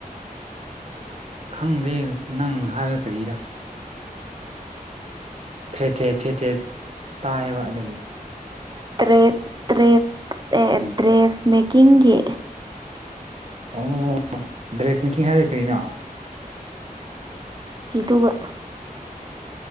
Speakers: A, on the right; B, on the right.
A: ꯈꯪꯗꯦ ꯅꯪ ꯍꯥꯏꯕ ꯀꯔꯤꯔꯥ ꯊ꯭ꯔꯦꯠ ꯊ꯭ꯔꯦꯠ ꯊ꯭ꯔꯦꯠ ꯊꯦꯠ ꯇꯥꯏꯕ ꯑꯗꯒꯤ
B: ꯇ꯭ꯔꯦꯠ ꯇ꯭ꯔꯦꯠ ꯑꯦ ꯗ꯭ꯔꯦꯁ ꯃꯦꯀꯤꯡꯒꯤ
A: ꯑꯣ ꯗ꯭ꯔꯦꯁ ꯃꯦꯀꯤꯡ ꯍꯥꯏꯔꯦ ꯀꯔꯤꯅꯣ
B: ꯐꯤ ꯇꯕ